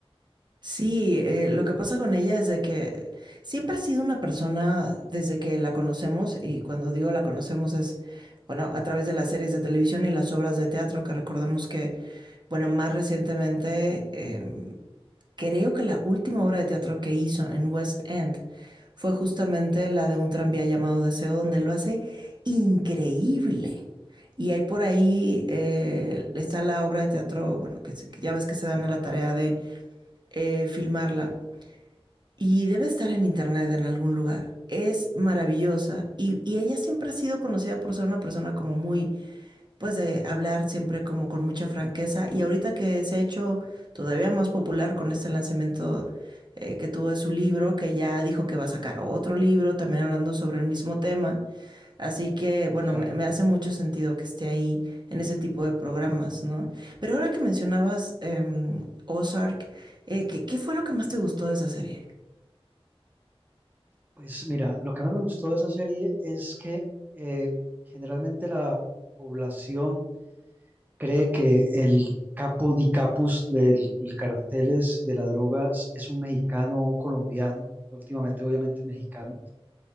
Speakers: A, on the right; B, on the right.
A: Sí, eh, lo que pasa con ella es de que siempre ha sido una persona desde que la conocemos, y cuando digo la conocemos es, bueno, a través de las series de televisión y las obras de teatro, que recordemos que, bueno, más recientemente, eh, creo que la última obra de teatro que hizo en West End fue justamente la de un tranvía llamado Deseo, donde lo hace increíble. Y hay por ahí, eh, está la obra de teatro, bueno, que, se- que ya ves que se dan a la tarea de eh, filmarla y debe estar en internet en algún lugar. Es maravillosa y, y ella siempre ha sido conocida por ser una persona como muy pues de hablar siempre como con mucha franqueza. Y ahorita que se ha hecho todavía más popular con este lanzamiento eh, que tuvo de su libro, que ya dijo que va a sacar otro libro, también hablando sobre el mismo tema. Así que, bueno,
B: Exacto.
A: me, me hace mucho sentido que esté ahí en ese tipo de programas, ¿no? Pero ahora que mencionabas eh, Ozark, eh, ¿qué, ¿qué fue lo que más te gustó de esa serie?
B: Pues mira, lo que más me gustó de esa serie es que eh, generalmente la población cree que el capo di capus del el carteles de las drogas es un mexicano o un colombiano, últimamente obviamente mexicano